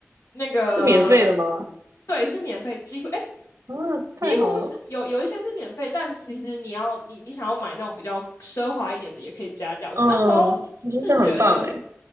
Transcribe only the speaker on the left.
那个
对是免费，几乎哎
几乎是有有一些是免费，但其实你要你你想要买那种比较奢华一点的，也可以加价。我那时候是觉得，